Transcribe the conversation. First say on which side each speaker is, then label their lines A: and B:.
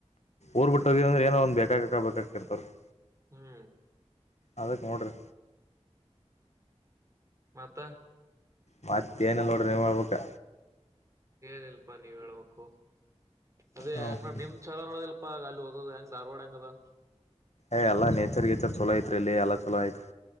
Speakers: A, on the right; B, on the left.
A: ಹ್ಮ್
B: ಊರ್ ಬಿಟ್ಟ ಹೋಗೇದ ಅಂದ್ರೆ ಏನೋ ಒಂದ ಬೇಕು <unintelligible> <inaudible>
A: ಹ್ಮ್
B: ಅದಕ್ಕೆ ನೋಡ್ರಿ
A: ಮತ್ತ
B: ಮತಏನ ಇಲ್ನೋಡ್ರಿ ನೀವು ಹೇಳಬೇಕು
A: ಏನ ಇಲ್ಪಾ ನೀವ ಹೇಳ್ಬೇಕು ಅದೇಂಗ
B: ಹ್ಮ್ ಹ್ಮ್
A: ನ ನಿಮ್ ಚಲ ನೋಡದ ಅಪ್ಪ ಗ ಅಲ್ಲಿ ಓದ ಹೆಂಗ್ ಧಾರ್ವಾಡ್ ಹೆಂಗ ಅದ
B: ಏ್ ಎಲ್ಲ ನೇಚರ್ ಗೇಚರ್ ಚಲೋ ಐತ್ರಿ ಇಲ್ಲಿ ಎಲ್ಲ ಚಲೋ ಐತ್ರಿ